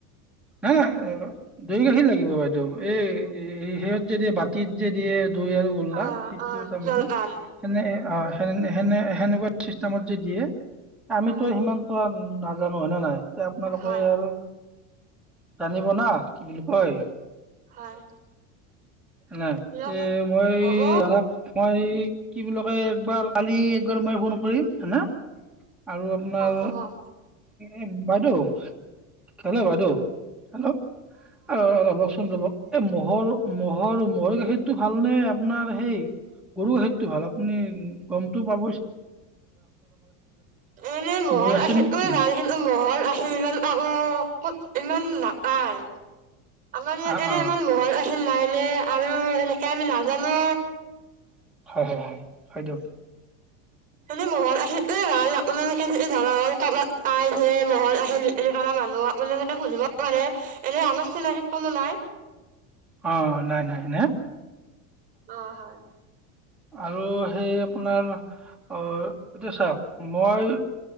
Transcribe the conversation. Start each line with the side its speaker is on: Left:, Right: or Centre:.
Centre: হা, দৈ গাখীৰ লাগিব বাইদেউ। এই সেয়া যে দিয়ে, এই বাতিত যে দিয়ে দৈ আৰু গল্লা,
Right: অ
Centre: সেইটো
Right: অ
Centre: তাৰমানে।
Right: জলপান
Centre: সেনে অ' সে সেনে- সেনেকুৱা ছিষ্টেমত যে দিয়ে। আমিতো
Right: অ
Centre: সিমানটো নাজানো হয়েনে নাই? আপোনালোকে
Right: হয়
Centre: আৰু জানিব না, কি বুলি কয়‌
Right: হয়
Centre: না।
Right: দিয়ক
Centre: এ মই
Right: হ'ব
Centre: দাদাক মই কি বুলি কয়, একবাৰ কালি- একবাৰ মই ফোন কৰিম, হয় না? আৰু আপোনাৰ
Right: অ হ'ব অ
Centre: এই- বাইদেউ কি হলে বাইদেউ? হেল্ল'? অ' ৰবচোন ৰব। ম'হৰ ম'হৰ ম'ৰ গাখীৰতটো ভাল নে আপোনাৰ সেই গৰু গাখীৰতটো ভাল আপুনি গমতটো পাব।
Right: এনে ম'ৰ
Centre: মৈ আছে
Right: আছিল
Centre: নেকি
Right: ভাল ম'ৰ আছিল ইমান পাব কত ইমান না আহ। আমাৰ ইয়াত
Centre: অঁ
Right: এনে
Centre: অঁ
Right: ইমান ম'হৰ আহছিলিল নাই <unintelligible> <unintelligible> আৰু এনেকে আমি নাজানো
Centre: হয় হয় হয় হয় দিয়ক।
Right: এনে মহন আহ এই ভাল আপোনালোকে যদি ধৰা হ'ল ক'ৰবাত পাই যে মহল আহিল এ কৰা মানুহ আপোনালোকে সুধিব পাৰে এনে আ ন কোনো নাই
Centre: অ নাই নাই ন
Right: অ হয়
Centre: আৰু সেই আপোনাৰ অ এতিয়া চা মই